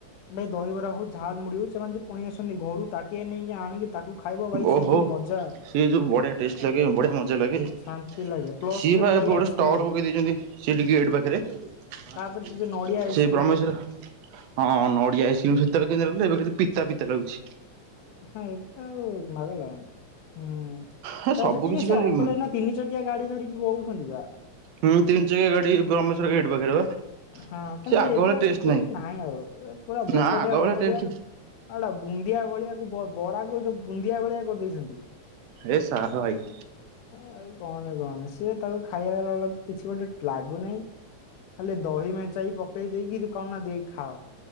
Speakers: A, on the left; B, on the right.
A: ଭାଇ ଦହିବରା ହଉ ଝାଲ୍ ମୁୁଡ଼ି ହଉ ସେମାନେ ଯୋଉ ପଣି ଆସନ୍ତି ଘରୁ ତାଟିଆ ନେଇକି ଆଣିକି ତାକୁ ଖାଇବ ଭାଇ
B: ଓହୋ
A: ସିଏ ଯେଉଁ ମଜା
B: ସିଏ ଯୋଁ ବଢ଼ିଆ ଟେଷ୍ଟ
A: ଭାଇ
B: ଲାଗେ ବଢ଼ିଆ ମଜା ଲାଗେ ସିଏବା
A: ଶାନ୍ତି ଲାଗେ ପ୍ଲସ୍ ସେ ନଡିଆ
B: ଏବେ ଗୋଟେ
A: ଆଇସ୍କ୍ରିମ
B: ଷ୍ଟଲ୍ ପକେଇ ଦେଇଚନ୍ତି। ସେଇଟି ଗେଟ୍ ପାଖରେ ସେ
A: ତାପରେ ଯୋଉ ନଡିଆ ଆଇସ୍କ୍ରିମ
B: ବ୍ରହ୍ମେଶ୍ଵର ହଁ ନଡ଼ିଆ ଆଇସ୍କ୍ରିମ୍ ସେତେବେଳେ କେମିତି ଏବେ ପିତା ପିତା ଲାଗୁଚି।
A: ହଁ ଏବେ ଆଉ ମାଗଲା ହୁଁ
B: ହେ
A: ତାପରେ
B: ସବୁ
A: ସେ ଅଙ୍କଲ
B: କିଛି
A: ଏଇନା ସେ
B: ଖାଲି
A: ଅଙ୍କଲ ଏଇନା ତିନି ଚକିଆ ଗାଡ଼ି ଧରିକି ବୋଉଛନ୍ତିବା।
B: ହଁ ତିନି ଚିକିଆ ଗାଡ଼ି ବ୍ର‌ହ୍ମେଶ୍ବର ଗେଟ୍ ପାଖରେ ବା।
A: ହଁ କିନ୍ତୁ
B: ସେ ଆଗ
A: ଏବେ
B: ଭଳିଆ ଟେଷ୍ଟ
A: ସେଟେଷ୍ଟ ନାହିଁ ଆଉ ଏ ପୁରା ବକଟିଆ
B: ନା ଆଗ ଭଳିଆ
A: ବକଟିଆ
B: ଟେଷ୍ଟ
A: ଆଉଟା ବୁନ୍ଦିଆ ଭଳିଆକୁ ପ ବରାକୁ ସେ ବୁନ୍ଦିଆ ଭଳିଆ କରିଦେଇଚନ୍ତି।
B: ଏ ଶଳା ଭାଇ।
A: ଭାଇ କହନି କହନି ସିଏ ତାକୁ ଖାଇବା ବାଲା କିଛି ଗୋଟେ ଲାଗୁନେହିଁ ଖାଲି ଦହି ମେଚାଇ ପକେଇ ଦେଇକି କଣନା ଦେଇ ଖାଅ।